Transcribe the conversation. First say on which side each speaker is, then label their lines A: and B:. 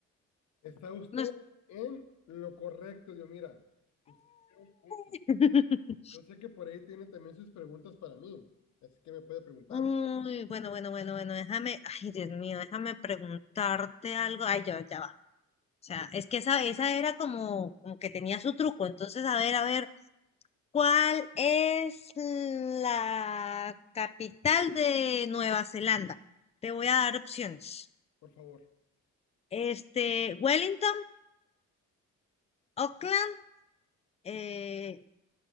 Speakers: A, on the left; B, on the left.
A: Está usted
B: No es.
A: en lo correcto, Dios. Mira, usted tiene un punto.
B: <laughs>
A: Yo sé que por ahí tiene también sus preguntas para mí, así que me puede preguntar,
B: Uy, bueno, bueno, bueno, bueno, déjame, ay, Dios mío, déjame preguntarte algo. Ay, yo, ya, O sea, es que esa, esa era como, como que tenía su truco. Entonces, a ver, a ver, ¿cuál es la capital de Nueva Zelanda? Te voy a dar opciones.
A: por favor.
B: Este, Wellington, Auckland, eh,